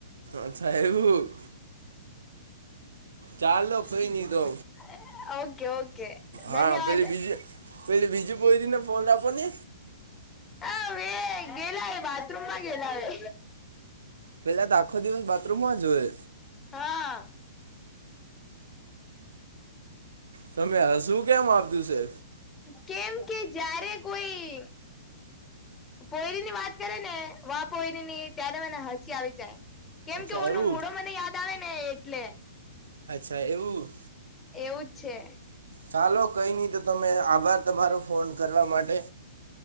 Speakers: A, on the right; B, on the left.
A: અચ્છા એવું. ચાલો કઈ
B: <inaudible>
A: નહીં તો
B: ઓકે ઓકે ધન્યવાદ
A: હા પેલી બીજી પેલી બીજું પોરીને ફોન આપો ને.
B: આ હવે ગેલા હે બાથરૂમમાં ગેલા હે
A: પેલા તો આખો દિવસ બાથરૂમમાં જ હોએ.
B: હા.
A: તમે હશું કેમ આવતું છે.
B: કેમ કે જ્યારે કોઈ પોયરી ની વાત કરે ને વા પોયરી ની ત્યારે મને હસી આવી જાય. કેમ
A: અચ્છા
B: કે ઓનુ
A: એવું
B: મૂળો મને યાદ આવે ને એટલે.
A: અચ્છા એવું.
B: એવું જ છે.
A: ચાલો કઈ નહી તો તમે આભાર તમારો ફોન કરવા માટે